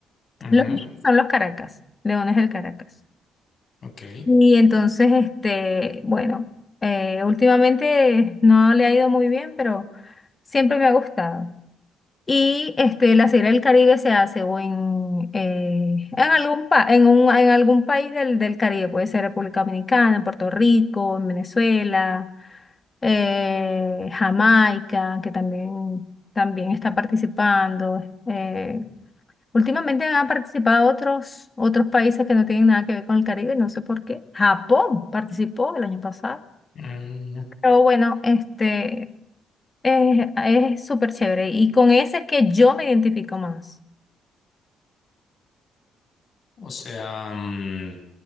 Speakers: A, on the left (about 50°); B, on the left (about 30°).
A: ujú,
B: Los míos son los Caracas, Leones del Caracas.
A: Ok.
B: Y entonces, este, bueno, eh, últimamente no le ha ido muy bien, pero siempre me ha gustado. Y este, la Serie del Caribe se hace o en, eh, en algún pa- en un, en algún país del, del Caribe, puede ser República Dominicana, en Puerto Rico, en Venezuela, eh, Jamaica, que también, también está participando. eh, Últimamente han participado otros, otros países que no tienen nada que ver con el Caribe, no sé por qué. Japón participó el año pasado.
A: Mm,
B: Pero bueno, este es, es súper chévere. Y con ese es que yo me identifico más.
A: o sea, mm,